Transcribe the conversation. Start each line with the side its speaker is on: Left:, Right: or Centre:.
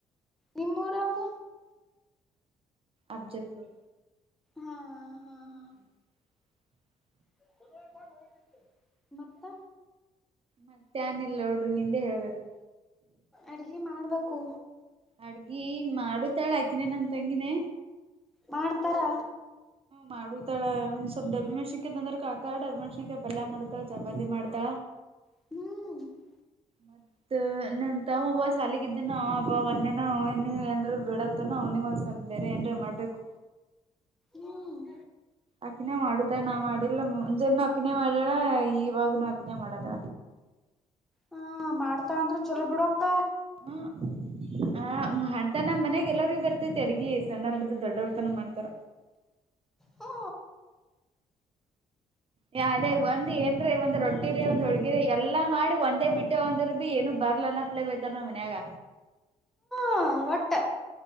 Centre: ನಿಮ್ ಊರು ಯಾವ್ದ
Right: ಅಫಜಲ್ಫು ಪುರ
Centre: ಹಾ ಹಾ ಹಾ
Right: ಹ್ಮ <unintelligible>
Centre: <unintelligible> ಮತ್ತ
Right: ಮತ್ತೆ ಏನು ಇಲ್ಲ ನೋಡ್ರೆ ನಿಂದೆ ಹೇಳ್ಬೇಕು
Centre: ಅಡ್ಗೆ ಮಾಡ್ಬೇಕು
Right: ಅಡ್ಗಿ ಮಾಡು ತಾಳ ಹಾಕಿನಿ ನನ್ ತಂಗಿನೇ
Centre: ಮಾಡ್ತಾರ
Right: ಮಾಡುದತಳ ಒಂದ ಸ್ವಲ್ ಡಬ್ಬ ಮೆಣ್ಸಿಕ ತಂದ್ರ ಕಕಾ ಡಬ ಮೆಣಸಿಕಿ ಬಲ್ಲಯ ಮಾಡತ ಜಬತಿಿ ಮಾಡ್ತ
Centre: ಹ್ಮ
Right: ಮತ್ತ ನಮ ತಮ್ಮಬ್ಬ ಸಾಲಗಿದ್ದನ ಹಬ್ಬ ಒೊನ್ನೆನ ಏನ್ರ ಬಿಡತ್ ಅವ್ನಿಗಂದ್ ಸ್ವಲ್ ಬೇರೆ ಏನ್ ಮಾಡ್ಬೇಕು
Centre: ಹ್ಮ್
Right: ಅಕ್ಕಿನೇ ಮಾಡುದಣಾ ಮಾಡಿಲ್ಲ ಮುಂಜಾನ ಅಕ್ಕನೇ ಮಾಡ್ಯಳ ಇವಾಗನುೂ ಅಕಿನೇ ಮಾಡದ
Centre: ಹಾ ಮಾಡ್ತಾ ಅಂದ್ರ ಚೊಲೋ ಬಿಡಕ್ಕ
Right: ಹ್ಮ ಆ ಮಾಡ್ತ ನಮ್ಮ್ ಮನಯಾಗ ಎಲ್ಲರು ಇದ್ದರ್ ಮ ತ ಅಡಗಿ ಸಣ್ಣ ಹಡು ದೊಡ್ಡವರ್ತನ ಮಾಡ್ತಾರ
Centre: ಹಾ
Right: ಯ ಅದೇ ಒಂದ್ ಏನ್ರೀ ಒಂದ್ ರೊಟ್ಟಿ ರೀ ಒಂದ್ ಹುಳ್ಗಿರಿ ಎಲ್ಲಾ ಮಾಡಿ ಒಂದೇ ಬಿಟ್ಟು ಒಂದ್ರ ಭ ಏನು ಬರ್ಲಾನ ಬಯತಾರೆನ ಮನ್ಯಾಗ
Centre: ಹ ಹೊಟ್ಟೆ